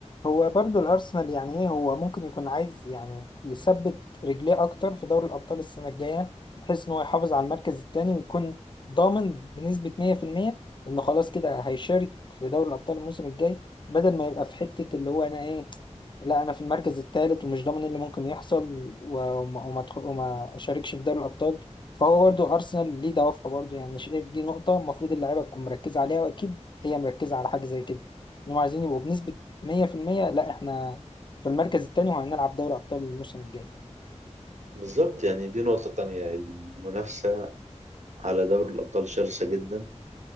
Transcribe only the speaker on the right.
بالظبط يعني دي نقطة تانية المنافسة على دوري الأبطال شرسة جدا